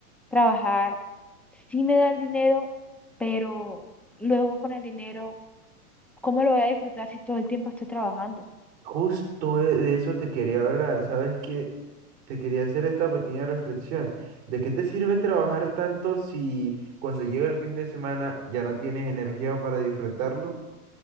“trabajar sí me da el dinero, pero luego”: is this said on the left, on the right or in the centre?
Centre